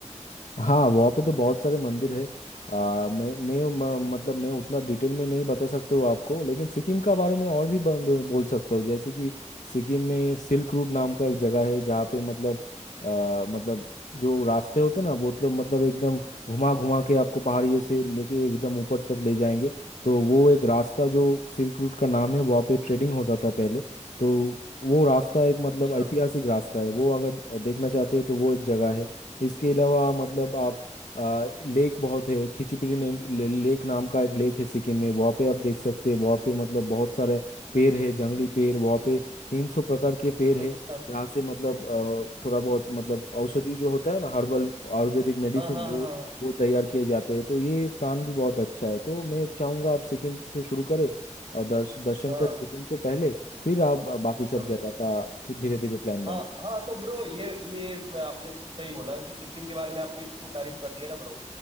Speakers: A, on the left; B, on the right.
A: हाँ वहाँ पे तो बहुत सारे मंदिर है आ, मैं मैं म, मतलब मैं उतना डिटेल में नहीं बता सकता हूँ आपको लेकिन सिक्किम का बारे में और भी ब, ब- बोल सकता हूँ जैसे कि सिक्किम में सिल्क रूट नाम का एक जगह है जहाँ पे मतलब आ, मतलब जो रास्ते होते हैं ना वो मतलब मतलब एकदम घुमा घुमा के आपको पहाड़िए से लेके एकदम ऊपर तक ले जाएंगे तो वो एक रास्ता जो सिल्क रूट का नाम है वहाँ पे ट्रेडिंग होता था पहले तो वो रास्ता एक मतलब
B: अच्छा
A: ऐतिहासिक रास्ता है वो अगर देखना चाहते हैं तो वो एक जगह है इसके अलावा मतलब आप आ, लेक बहुत है खिचीपीड़ी नेम ले, लेक नाम का एक लेक है सिक्किम में वहाँ पे आप देख सकते हैं वहाँ पे मतलब बहुत सारे पेड़ है जंगली पेड़ वहाँ पे तीन सौ प्रकार के पेड़ है
B: अच्छा
A: जहाँ से मतलब अ, थोड़ा बहुत मतलब औषधि जो होता है ना हर्बल आयुर्वेदिक मेडिसिन
B: हाँ हाँ
A: वो
B: हाँ
A: वो तैयार किए जाते हैं तो ये स्थान भी बहुत अच्छा है तो मैं चाहूंगा आप सिक्किम से शुरू करें और दर्श, दर्शन
B: हाँ
A: कर सिक्किम को पहले फिर आप बाकी सब
B: हाँ
A: जगह का धीरे धीरे प्लान बनाए
B: हाँ हाँ तो ब्रो ये ये मैं आपने सही बोला कि सिक्किम के बारे में आपने इतनी तारीफ कर दी है ना ब्रो